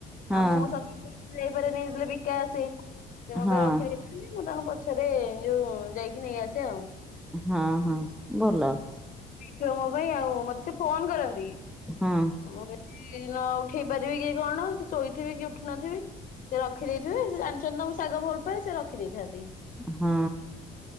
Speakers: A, in the centre; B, on the left (about 50°).
A: ହଁ
B: ଆଉ ମୁଁ ସକାଳ ଯାଇପାରେଲେ ବିକା ଆସେ। ସେ
A: ହଁ
B: ମୋ ପାଇଁ ରଖି ଦେଇେଇଥିଲେ ମୁଁ ତାଙ୍କ ପଛରେ ଯୋଉ ଯାଇକି ନେଇ ଆସେ ଆଉ।
A: ହଁ ହଁ ବୋଲ।
B: ସେ ମୋ ପାଇଁ ଆଉ ମତେ ସେ ଫୋନ କରନ୍ତି।
A: ହଁ।
B: ମୁଁ ଯଦି ନ ଉଠେଇ ପାରିବି କି କଣ ଶୋଇଥିବି କି ଉଠୁ ନଥିବି। ସେ ରଖିଦେଇଥିବେ ସେ ଜାଣିଛନ୍ତି ତ ମମ ଶାଗ ଭଲ ପାଏ ସେ ରଖି ଦେଇଥାନ୍ତି।
A: ହଁ